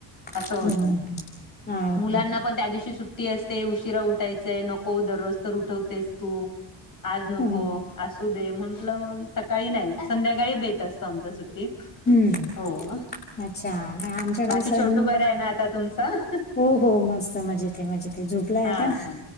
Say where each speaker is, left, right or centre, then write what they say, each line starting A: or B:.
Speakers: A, on the left (about 40°); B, on the left (about 20°).
A: असं
B: हम्म
A: होतं.
B: हम्म हम्म. हा ओके
A: मुलांना पण त्या दिवशी सुट टी असते उशिरा उठायचाय नको दररोज तर उठवतेस तू, आज नको.
B: हा
A: असू दे म्हंटलं मग सकाळी नाही संध्याकाळी बेत असतो आमच्या सुट्टीत.
B: हम्म
A: हो,
B: अच्छा नाही आमच्याकडे
A: बाकी
B: सण
A: छोटू बरा आहे ना आता तुमचं?
B: हो हो मस्तं मजे ते म्हणजे ते झोपलांय
A: हा
B: आंता
A: हा